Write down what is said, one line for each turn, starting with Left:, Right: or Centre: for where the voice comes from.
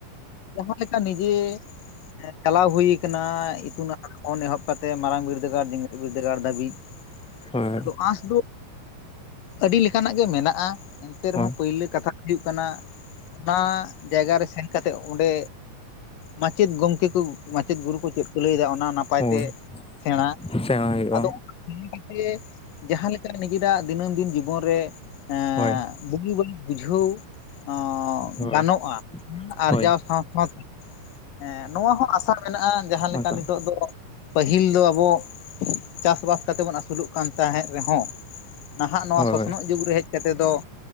Left: ᱡᱟᱦᱟᱸ ᱞᱮᱠᱟ ᱱᱤᱡᱮ ᱪᱟᱞᱟᱣ ᱦᱳᱭ ᱠᱟᱱᱟ ᱤᱛᱩᱱ <unintelligible> ᱠᱷᱚᱱ ᱮᱦᱚᱵ ᱠᱟᱛᱮᱜ ᱢᱟᱨᱟᱝ ᱵᱤᱨᱫᱟᱹᱜᱟᱲ ᱡᱮᱜᱮᱛ ᱵᱤᱨᱫᱟᱹᱜᱟᱲ ᱫᱷᱟᱹᱵᱤᱡ ᱾
Centre: ᱦᱳᱭ
Left: ᱟᱫᱚ ᱟᱸᱥ ᱫᱚ ᱟᱹᱰᱤ ᱞᱮᱠᱟᱱᱟᱜ ᱜᱮ ᱢᱮᱱᱟᱜᱼᱟ ᱮᱱ ᱛᱮ ᱨᱮᱦᱚᱸ
Centre: ᱦᱳᱭ
Left: ᱯᱟᱹᱭᱞᱟᱹ ᱠᱟᱛᱷᱟ ᱫᱚ ᱦᱳᱭᱳᱜ ᱠᱟᱱᱟ ᱚᱱᱟ ᱡᱟᱭᱜᱟ ᱨᱮ ᱥᱮᱱ ᱠᱟᱛᱮᱜ ᱚᱸᱰᱮ ᱢᱟᱪᱮᱫ ᱜᱚᱝᱠᱮ ᱠᱚ ᱢᱟᱪᱮᱫ ᱜᱩᱨᱩ ᱠᱚ ᱪᱮᱫ ᱠᱚ ᱞᱟᱹᱭ ᱫᱟ ᱚᱱᱟ ᱱᱟᱯ ᱯᱟᱭ
Centre: ᱦᱳᱭ
Left: ᱛᱮ ᱥᱮᱬᱟ
Centre: ᱥᱮᱬᱟ ᱦᱩᱭᱩᱜᱼᱟ
Left: ᱟᱫᱚ <inaudible> ᱛᱮ ᱡᱟᱦᱟᱸ ᱞᱮᱠᱟ ᱱᱤᱡᱮᱨᱟᱜ ᱫᱤᱱᱟᱹᱢ ᱫᱤᱱ ᱡᱤᱵᱚᱱ ᱨᱮ ᱮᱸ
Centre: ᱦᱳᱭ
Left: ᱵᱩᱜᱤ ᱵᱟᱹᱲᱤᱡ ᱵᱩᱡᱷᱟᱹᱣ ᱚ
Centre: ᱦᱳᱭ
Left: ᱜᱟᱱᱚᱜᱼᱟ ᱟᱨᱡᱟᱣ
Centre: ᱦᱳᱭ
Left: ᱥᱟᱶ ᱥᱟᱶᱛᱮ ᱦᱮᱸ ᱱᱚᱣᱟ ᱦᱚᱸ ᱟᱥᱟ ᱢᱮᱱᱟᱜᱼᱟ ᱡᱟᱦᱟᱸ ᱞᱮᱠᱟ
Centre: ᱟᱪᱪᱷᱟ
Left: ᱱᱤᱛᱚᱜ ᱫᱚ ᱯᱟᱹᱦᱤᱞ ᱫᱚ ᱟᱵᱚ ᱪᱟᱥᱵᱟᱥ ᱠᱟᱛᱮ ᱵᱚᱱ ᱟᱹᱥᱩᱞᱚᱜ ᱠᱟᱱ ᱛᱟᱦᱮᱸᱜ ᱨᱮᱦᱚᱸ ᱱᱟᱦᱟᱜ ᱱᱚᱣᱟ
Centre: ᱦᱳᱭ
Left: ᱥᱚᱥᱱᱚᱜ
Centre: ᱦᱳᱭ
Left: ᱡᱩᱜᱽ ᱨᱮ ᱦᱮᱡ ᱠᱟᱛᱮ ᱫᱚ